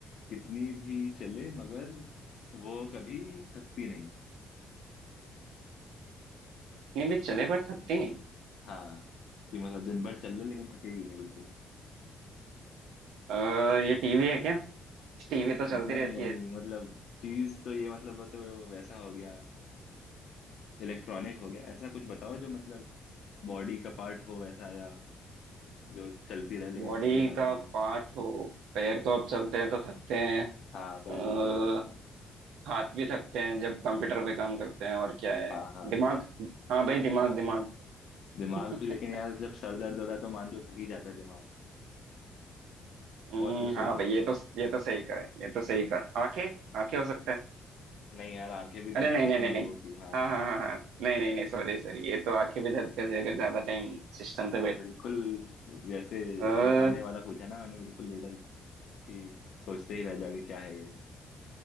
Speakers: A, on the left; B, on the right.
A: कितनी भी चले मगर वो कभी थकती नहीं
B: ये भी चले पर थकती नहीं
A: हाँ कि मतलब दिन भर चल ले लेकिन थकेगी नहीं बिल्कुल
B: आ, ये टीवी है क्या टीवी तो चलती
A: नहीं
B: रहती
A: नहीं
B: है
A: मतलब चीज तो ये मतलब वो तो वैसा हो गया इलेक्ट्रॉनिक हो गया ऐसा कुछ बताओ जो मतलब बॉडी का पार्ट हो वैसा या जो चलती रहे लेकिन
B: बॉडी
A: थके ना
B: का
A: कभी
B: पार्ट हो पैर तो अब चलते हैं तो थकते हैं
A: हाँ पैर
B: अ,
A: तो थक जाते हैं
B: हाथ भी थकते हैं जब कंप्यूटर पे काम करते हैं और क्या है
A: हाँ हाँ
B: दिमाग हाँ भाई दिमाग दिमाग
A: दिमाग
B: <laughs>
A: भी लेकिन यार जब सर दर्द होता है तो मान लो थक ही जाता है दिमाग
B: हम्म,
A: और कुछ सोचो
B: हाँ भाई
A: और
B: ये
A: कुछ
B: तो ये तो सही कहा ये तो सही कहा आंखें आंखें हो सकता है
A: नहीं यार आंखें भी दर्द
B: अरे नहीं
A: करती
B: नहीं नहीं
A: हैं लोगों
B: नहीं
A: की हाँ
B: हाँ हाँ हाँ हाँ नहीं नहीं नहीं सॉरी सॉरी ये तो आंखें भी दर्द कर जाएगा ज्यादा टाइम सिस्टम पे
A: बिल्कुल जैसे
B: बैठे
A: चौंकाने वाला पूछा ना मैंने बिल्कुल रिडल कि सोचते ही रह जाओगे क्या है ये